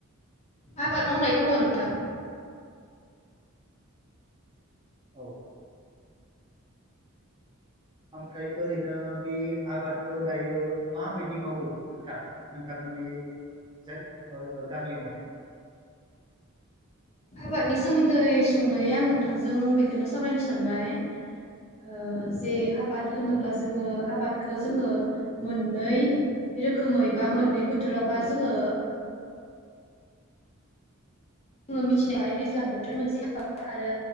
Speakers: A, on the left; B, on the right.
A: आबाद मावनाय दङ नोंथां।
B: औ। ओमफ्राय ओरैनो बे आबादखौ दायो माबायदि मावो नोंथां नोंथां? माने जाय ओ गामियावहाय
A: आबादनि सोमोन्दै सुंद'यै आं नोंथांजों बेखौनो सावरायनो सानबाय। ओ जे आबाद होनोब्ला
B: औ
A: जोङो आबाद खौ जोङो मोननै रोखोमै बा मोननै बोथोरावहा जोङो
B: <inaudible>
A: जोङो मिथिनो दैज्लां बोथोरनि मोनसे आबाद आरो